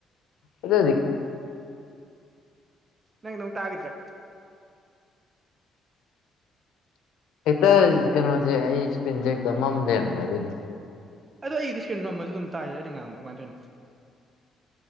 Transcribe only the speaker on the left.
ꯑꯗꯨꯗ
ꯍꯦꯛꯇ ꯀꯩꯅꯣꯁꯦ ꯑꯩ ꯏꯁꯀ꯭ꯔꯤꯟꯁꯦ ꯍꯦꯛꯇ ꯑꯃꯝ ꯂꯩꯔꯝꯕ ꯑꯗꯨꯒꯤ